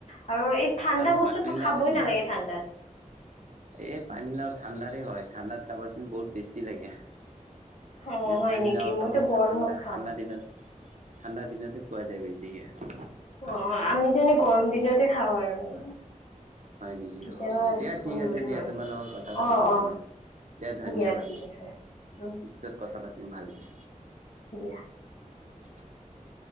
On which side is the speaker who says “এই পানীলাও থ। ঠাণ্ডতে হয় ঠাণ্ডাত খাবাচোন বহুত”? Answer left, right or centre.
Right